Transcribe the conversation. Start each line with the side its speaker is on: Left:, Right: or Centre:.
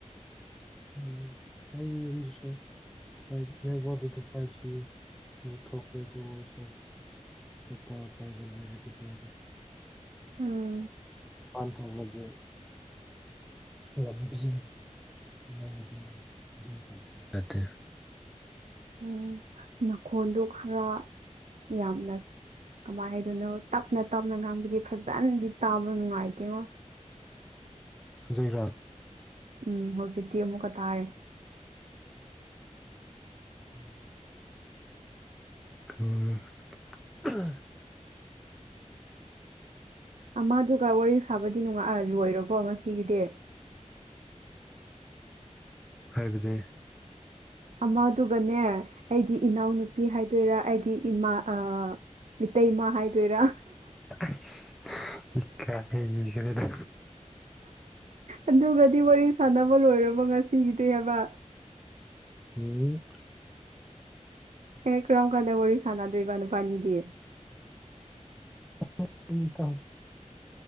Centre: ꯎꯝ ꯑꯩ ꯌꯨꯝꯗꯨꯁꯨ ꯋꯥ ꯑꯩꯠꯇꯤ ꯐꯥꯏꯚ ꯑꯗꯨ ꯊꯣꯛꯀꯦ ꯑꯗꯨ ꯑꯣꯏꯔꯁꯨ ꯇꯄꯥꯏꯒꯣꯜ ꯂꯣꯏꯔꯗꯤ ꯂꯣꯏꯔꯦ
Right: ꯎꯝ
Centre: ꯄꯥꯟꯊꯣꯛꯂꯒꯦ ꯀꯩꯗꯝꯃꯦ ꯕꯤꯖꯤ ꯌꯥꯎꯗꯤ ꯗꯨꯝ ꯆꯠ ꯆꯠꯇꯦ
Right: ꯎꯝ ꯅꯈꯣꯟꯗꯣ ꯈꯔ ꯌꯥꯝꯅ ꯁꯤ ꯀꯃꯥꯏꯅ ꯍꯥꯏꯗꯣꯏꯅꯣ ꯇꯞꯅ ꯇꯞꯅ ꯉꯥꯡꯕꯒꯤ ꯐꯖꯅꯗꯤ ꯇꯥꯕ ꯅꯨꯡꯉꯥꯏꯇꯦꯉꯣ
Centre: ꯖꯩꯔꯥ
Right: ꯎꯝ ꯍꯧꯖꯤꯛꯇꯤ ꯑꯃꯨꯛꯀ ꯇꯥꯔꯦ
Centre: <inaudible> ꯎꯝ ꯍꯨꯋꯥ
Right: ꯑꯃꯗꯨꯒ ꯋꯥꯔꯤ ꯁꯥꯕꯗꯤ ꯅꯨꯉꯥ ꯂꯣꯏꯔꯕꯣ ꯉꯁꯤꯒꯤꯗꯦ
Centre: ꯍꯥꯏꯕꯗꯤ
Right: ꯑꯃꯗꯨꯒꯅꯦ ꯑꯩꯒꯤ ꯏꯅꯥꯎꯅꯨꯄꯤ ꯍꯥꯏꯗꯣꯏꯔꯥ ꯑꯩꯒꯤ ꯏꯃꯥ ꯑꯥ ꯏꯇꯩꯃꯥ ꯍꯥꯏꯗꯣꯏꯔꯥ
Centre: ꯏꯁ ꯏꯀꯥꯈ꯭ꯔꯦꯗ
Right: ꯑꯗꯨꯒꯗꯤ ꯋꯥꯔꯤ ꯁꯥꯟꯅꯕ ꯂꯣꯏꯔꯕ ꯉꯁꯤꯒꯤꯗꯤ ꯍꯥꯏꯕ
Centre: ꯎꯝ
Right: ꯑꯦ ꯀꯔꯝ ꯀꯥꯟꯗ ꯋꯥꯔꯤ ꯁꯥꯟꯅꯗꯣꯏꯕ ꯅꯕꯅꯤꯗꯤ
Centre: <unintelligible>